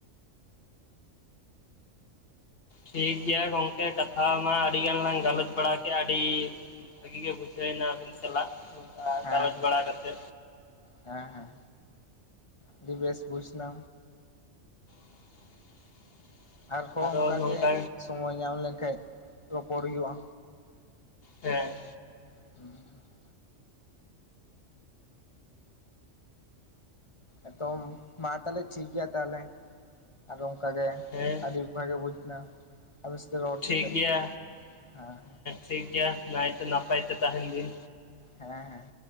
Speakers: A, on the left; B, on the left.
A: ᱴᱷᱤᱠᱜᱮᱭᱟ ᱜᱚᱝᱠᱮ ᱠᱟᱛᱷᱟ ᱢᱟ ᱟᱹᱰᱤ ᱜᱟᱱ ᱞᱟᱝ ᱜᱟᱞᱚᱪ ᱵᱟᱲᱟ ᱠᱮ ᱟᱹᱰᱤ᱾ ᱵᱷᱟᱹᱜᱤ ᱜᱮ ᱵᱩᱡᱷᱟᱹᱭᱱᱟ ᱟᱹᱵᱤᱱᱚᱞᱟᱜ ᱚᱱᱠᱟ
B: ᱦᱮᱸ
A: ᱜᱟᱞᱚᱪ
B: ᱦᱮᱸ
A: ᱵᱟᱲᱟ ᱠᱟᱛᱮ᱾
B: ᱦᱮᱸ ᱦᱮᱸ ᱟᱹᱰᱤ ᱵᱮᱥ ᱵᱩᱡᱱᱟ᱾
A: <unintelligible>
B: ᱟᱨᱦᱚᱸ ᱚᱱᱠᱟ
A: ᱱᱚᱝᱠᱟ
B: ᱜᱮ ᱥᱳᱢᱚᱭ ᱧᱟᱢ ᱞᱮᱱᱠᱟᱱ ᱨᱚᱯᱚᱲ ᱦᱩᱭᱩᱜᱼᱟ᱾
A: ᱦᱮᱸ
B: <inaudible> ᱮᱛᱚᱢ ᱢᱟ ᱛᱟᱦᱞᱮ ᱴᱷᱤᱠ ᱜᱮᱭᱟ ᱛᱟᱦᱚᱞᱮ ᱟᱨ ᱚᱝᱠᱟ ᱜᱮ
A: ᱦᱮᱸ
B: ᱟᱹᱰᱤ ᱵᱷᱟᱜᱮ ᱵᱩᱡᱽ ᱱᱟ ᱟᱵᱤᱱ ᱥᱟᱛᱮᱜ ᱨᱚᱲ
A: ᱴᱷᱤᱠ
B: ᱠᱟᱛᱮ
A: ᱜᱮᱭᱟ
B: ᱦᱮᱸ
A: ᱴᱷᱤᱠ ᱜᱮᱭᱟ ᱱᱟᱭᱛᱮ ᱱᱟᱯᱟᱭᱛᱮ ᱛᱟᱦᱮᱱ ᱵᱤᱱ
B: ᱦᱮᱸ ᱦᱮᱸ